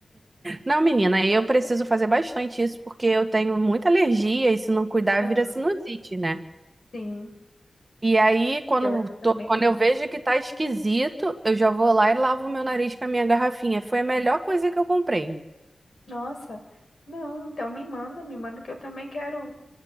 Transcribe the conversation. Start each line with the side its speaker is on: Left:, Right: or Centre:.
Right: Não, menina, eu preciso fazer bastante isso porque eu tenho muita alergia e se não cuidar
Left: Aham.
Right: vira sinusite, né?
Left: Sim,
Right: E aí, quando,
Left: pior que eu também
Right: tô- quando
Left: tenho.
Right: eu vejo que tá esquisito, eu já vou lá e lavo meu nariz com a minha garrafinha. Foi a melhor coisa que eu comprei.
Left: Nossa, não, então me manda, me manda que eu também quero,